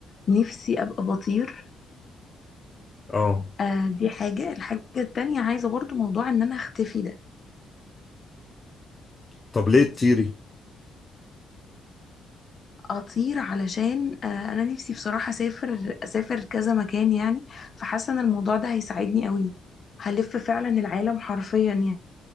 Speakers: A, on the left; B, on the left.
A: نِفْسي أبقى بَطِير
B: اه
A: آآ، دي حاجة، الحاجة التانية عايزة برضه موضوع إن أنا أختفي ده،
B: طب ليه تطيري
A: أطير علشان آآ، أنا نِفْسي بصراحة أسافر أسافر كذا مكان يعني، فحاسة إن الموضوع ده هيساعدني أوي، هالِف فعلًا العالم حرفيًا